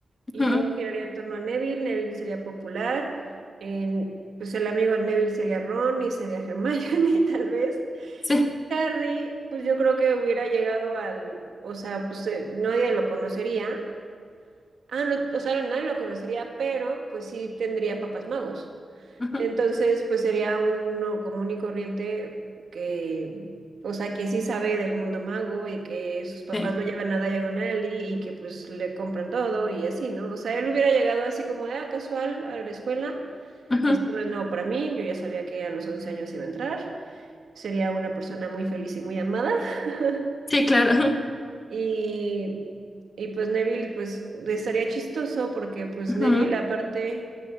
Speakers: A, on the right; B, on the left.
A: y
B: Ujú.
A: todo giraría en torno a Neville, Neville sería popular, en- pues el amigo de Neville sería Ron y sería Hermione <laughs> tal vez.
B: Sí,
A: Harry, pues yo creo que hubiera llegado al, o sea, pues eh, nadie lo conocería. Ah, no, o sea, nadie lo conocería, pero pues sí tendría papás magos.
B: ujú,
A: Entonces, pues sería uno común y corriente que, o sea, que sí sabe del mundo mago y que sus papás
B: sí,
A: lo llevan a Diagon Alley y que pues le compran todo y así, ¿no? O sea, él hubiera llegado así como de, ah, casual a la escuela.
B: ujú.
A: Esto no es nuevo para mí, yo ya sabía que a los 11 años iba a entrar sería una persona muy feliz y muy amada. <laughs>
B: sí, claro.
A: Y, y pues Neville, pues estaría chistoso porque pues
B: Ujú.
A: Neville aparte,